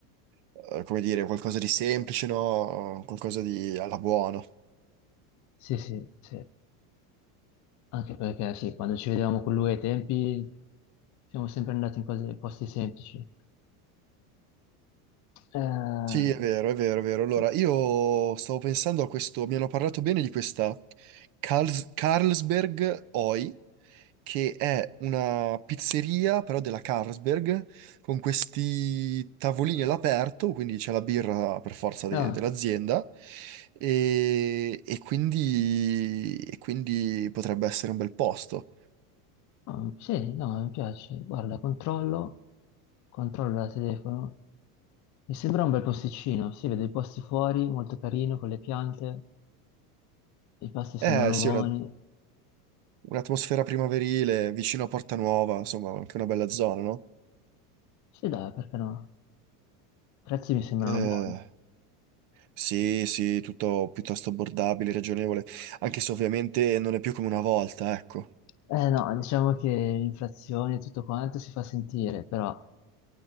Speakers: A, on the right; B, on the left.
A: eh, come dire, qualcosa di semplice, no? Qualcosa di alla buona.
B: Sì, sì, sì. Anche perché sì, quando ci vedevamo con lui ai tempi siamo sempre andati in cose, posti semplici. Eh,
A: Sì, è vero, è vero, è vero. Allora,
B: sì.
A: io stavo pensando a questo, mi hanno parlato bene di questa Karls- Carlsberg Oi. che è una pizzeria, però della Carlsberg, con questi tavolini all'aperto, quindi c'è la birra per forza de-
B: no,
A: dell'azienda, e, e quindi, e quindi potrebbe essere un bel posto.
B: no, sì, no, mi piace. Guarda, controllo, controllo da telefono. Mi sembra un bel posticino, si vede i posti fuori, molto carino, con le piante, i pasti sembrano
A: Eh sì,
B: buoni.
A: una- un'atmosfera primaverile, vicino a Porta Nuova, insomma, anche una bella zona, no?
B: Sì, dai, perché no? I prezzi mi sembrano
A: Eh,
B: buoni.
A: sì, sì, tutto piuttosto abbordabile, ragionevole, anche se ovviamente non è più come una volta, ecco.
B: Eh no, diciamo che l'inflazione e tutto quanto si fa sentire, però